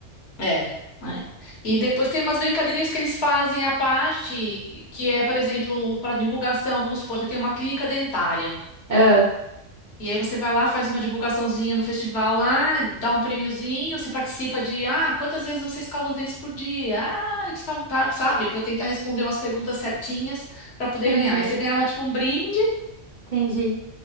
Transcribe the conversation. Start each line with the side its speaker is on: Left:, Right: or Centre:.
Left: É, é. E depois tem umas brincadeirinhas que eles fazem à parte, que é, por exemplo, para divulgação, vamos supor, você tem uma clínica dentária.
Right: Ah,
Left: E aí você vai lá, faz uma divulgaçãozinha no festival lá, dá um prêmiozinho, você participa de, ah, quantas vezes você escova os dentes por dia? Ah, eu escovo, tá, sabe? Para tentar responder umas perguntas certinhas para poder
Right: entendi,
Left: ganhar. Aí você ganhava tipo um brinde
Right: entendi.